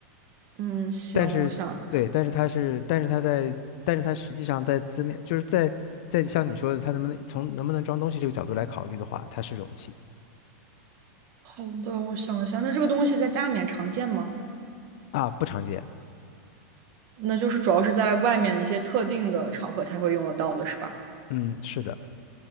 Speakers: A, on the right (about 30°); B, on the left (about 35°).
A: 嗯，行，
B: 但是，
A: 我想。
B: 对，但是它是，但是它在，但是它实际上在字面，就是在在像你说的，它能不能从能不能装东西这个角度来考虑的话，它是容器
A: 好的，我想一下，那这个东西在家里面常见吗？
B: 啊，不常见，
A: 那就是主要是在外面一些特定的场合才会用得到的，是吧？
B: 嗯，是的，